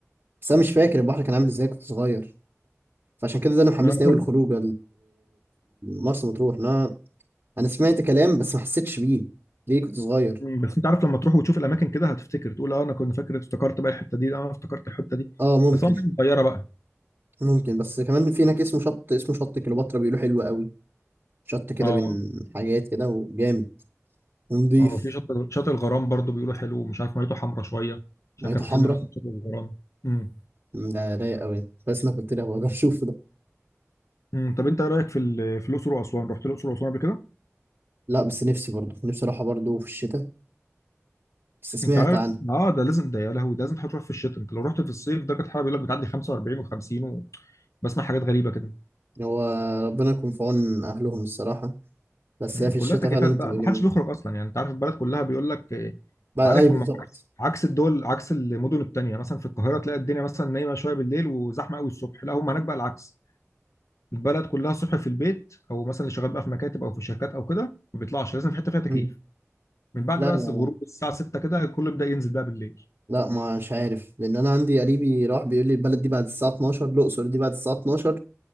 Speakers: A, on the right (about 45°); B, on the left (about 70°).
A: بس انا مش فاكر البحر كان عامل ازاي كنت صغير فعشان كده ده اللي محمسني
B: آه، طب-
A: قوي الخروج مرسى مطروح انا انا سمعت كلام بس ما حسيتش بيه ليه كنت صغير
B: مم، بس انت عارف لما تروح وتشوف الاماكن كده هتفتكر تقول اه انا كنت فاكر افتكرت بقى الحته دي اه افتكرت الحته دي
A: اه ممكن
B: بس هو كانت صغيره بقى
A: ممكن بس كمان في هناك اسمه شط اسمه شط كليوباترا بيقولوا حلو قوي شط كده
B: اه
A: بين حاجات كده وجامد ونضيف
B: اه في شاطئ شاطئ الغرام برضو بيقولوا حلو ومش عارف ميته حمرا شويه عشان
A: ميته
B: كانوا مسمينه
A: حمرا
B: اصلا شاطئ الغرام امم
A: مم، ده رايق قوي بس انا كنت لها بقى اشوف ده
B: امم طب انت ايه رايك في ال- في الاقصر واسوان رحت الاقصر واسوان قبل كده
A: لا بس نفسي برضه نفسي اروحها برضه في الشتاء بس سمعت
B: انت عارف
A: عنها
B: اه ده لازم ده يا لهوي ده لازم تروح في الشتاء انت لو رحت في الصيف درجه الحراره بيقول لك بتعدي 45 و50 بسمع حاجات غريبه كده
A: هو ربنا يكون في عون اهلهم الصراحه بس
B: مم.
A: هي في الشتاء
B: كلها تكييفات
A: فعلا بتبقى
B: بقى ما
A: جميله
B: حدش بيخرج اصلا يعني انت عارف البلد كلها بيقول لك آه،
A: بقى
B: عارف
A: آه، اي بالظبط
B: هم عكس عكس الدول عكس المدن التانية مثلا في القاهره تلاقي الدنيا مثلا نايمه شويه بالليل وزحمه قوي الصبح لا هم هناك بقى العكس البلد كلها الصبح في البيت او مثلا اللي شغال بقى في مكاتب او في شركات او كده ما بيطلعش لازم في حته فيها تكييف
A: مم.
B: من بعد
A: لا
B: بقى
A: لا
B: غروب
A: لا
B: الساعه 6 كده الكل يبدا ينزل بقى بالليل
A: لا ما مش عارف لان انا عندي قريبي راح بيقول لي البلد دي بعد الساعه 12 الاقصر دي بعد الساعه 12